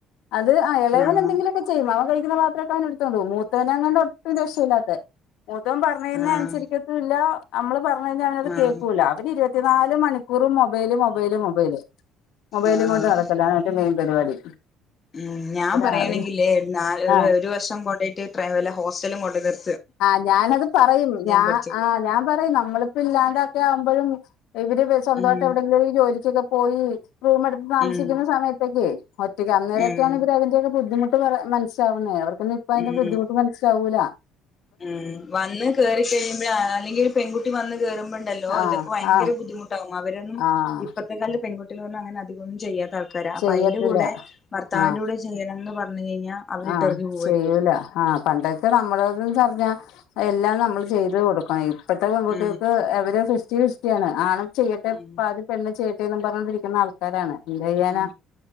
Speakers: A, on the left (about 75°); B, on the left (about 25°).
A: അത് ആ ഇളയവൻ
B: ആഹ്
A: എന്തെങ്കിലും ഒക്കെ ചെയ്യും അവൻ കഴിക്കുന്ന പാത്രക്കെ അവന് എടുത്തോണ്ടും പോകും മൂത്തവനാണ് അങ്ങണ്ട് ഒട്ടും രക്ഷയില്ലാത്ത മൂത്തവൻ പറഞ്ഞത്
B: ആഹ്
A: അനുസരിക്കത്ത ഇല്ല നമ്മള് പറഞ്ഞു കഴിഞ്ഞാൽ അവനത്
B: ആഹ്
A: കേൾക്കൂല അവര് ഇരുപ ത്തിനാല് മണിക്കൂറും മൊബൈല് മൊബൈല് മൊബൈല് മൊബൈലും
B: ആഹ്
A: കൊണ്ട് നടക്കല ഓന്റെ മെയിൻ പരിപാടി
B: ഉം ഞാൻ
A: രാവിലെ
B: പറയണമെങ്കില്
A: ആഹ്
B: ഒരു വർഷം കൊണ്ട പോയിട്ട വല്ല ഹോസ്റ്റലും കൊണ്ട നിർ
A: ആഹ് ഞാനത് പറയും ഞാ
B: പഠിച്ചോളും
A: ആഹ് ഞാൻ പറയും നമ്മള് ല്ലാണ്ടൊക്കെ ആവുമ്പോഴും ഇവര് സ്വന്തമായിട്ട്
B: ഉം
A: എവിടെയെങ്കിലും ജോലിക്കൊക്കെ പോയി റൂം എടുത്ത് താമസിക്കുന്ന
B: ഉം
A: സമയത്തൊക്കെ ഒറ്റയ് അന്നേരൊക്കെയാണ്
B: ഉം
A: ഇവര് അതിന്റെ ഒക്ക ബുദ്ധിമുട്ട് മനസി വുന്നത് അവർക്കൊ അപ്പ അതിന്റെ
B: ഉം
A: ബുദ്ധിമുട്ട് മനസിലാവൂല
B: ഉം വന്ന് കേയറിക്കഴിയുമ്പോ അല്ലെങ്കിൽ ഒരു പെൺകുട്ടി വന്ന് കേറുമ്പോണ്ടല്ലോ
A: ആഹ്
B: ഇതൊക്കെ ഭയങ്കര
A: ആഹ്
B: ബുദ്ധിമുട്ട് ആവും അവരന്നും
A: ആഹ്
B: ഇപ്പഴത്തെ കാല പെൺകുട്ടികൾ അങ്ങന അധികൊന്നും ചെയ്യാ ആൾക്കാര അപ്പ
A: ചെയ്യത്തില്ല
B: അതിന്റെ കൂടെ ഭർത്താവിന്റെ
A: ആഹ്
B: കൂടെ ചെയ്യണംന്ന് പറഞ്ഞു കഴിഞ്ഞാൽ അവര്
A: ആഹ്
B: ഇട്ടറിഞ്ഞു പോകും
A: ചെയ്യൂല
B: ചെയ്യും
A: ആഹ് പണ്ടൊക്കെ നമ്മുടെത പറഞ്ഞ എല്ലാം നമ്മൾ ചെയ്ത് കൊടുക്കണം ഇപ്പഴത്തെ പെൺകുട്ടികൾക്ക്
B: ഉം
A: അവര് ഫിസ്റ്റി ഫിസ്റ്റി ആണ് ആണും ചെയ്യട്ടെ
B: ഉം
A: പാതി പെണ്ണ് ചെയ്യട്ടെ എന്നന്ന് പറഞ്ഞോണ്ടിരിക്കുന്ന ആൾക്കാരാണ് ചെയ്യാനാ
B: ഉം